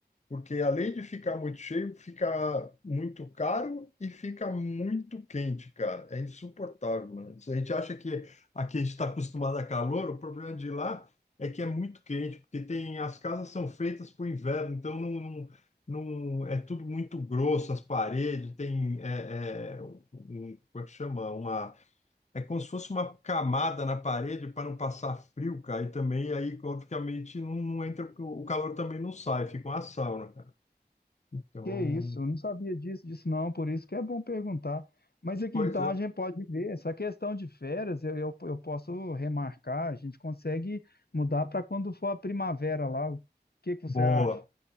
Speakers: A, on the left (about 40°); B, on the left (about 65°).
A: Porque além de ficar muito cheio, fica muito caro e fica muito quente, cara. É insuportável, mano. Se a gente acha que aqui a gente está acostumado a calor, o problema de lá é que é muito quente, porque tem as casas são feitas para o inverno, então não, não, não- é tudo muito grosso, as paredes tem é, é, um, como é que chama? Uma é como se fosse uma camada na parede para não passar frio, cara. E também aí, obviamente, não, não entra, o calor também não sai, fica uma sauna, cara. Então,
B: Que isso, eu não sabia disso, disso não, por isso que é bom perguntar. Mas aqui
A: coisa
B: então a gente pode ver, essa questão de férias, eu, eu, eu posso remarcar, a gente consegue mudar para quando for a primavera lá. O que que você
A: boa.
B: acha?